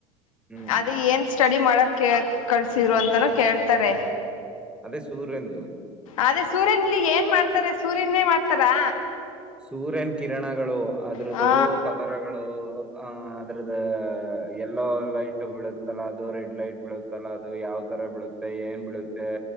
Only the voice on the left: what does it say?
ಅದೆ ಏನ್ ಸ್ಟೇಡಿ ಮಾಡಕ್ಕೆ ಕಳ್ಸಿದ್ರು ಅಂತನ ಕೇಳ್ತಾರೆ
ಅದೇ ಸೂರ್ಯನ ಇಲ್ಲಿ ಏನ್ ಮಾಡ್ತಾರೆ ಸೂರ್ಯನೇ ಮಾಡ್ತಾರಾ
ಹ